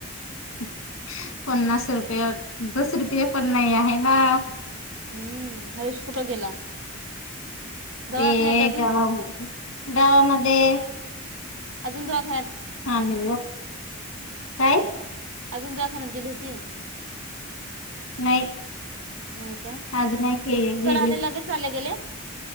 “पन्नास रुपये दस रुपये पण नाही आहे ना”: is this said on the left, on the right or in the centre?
Left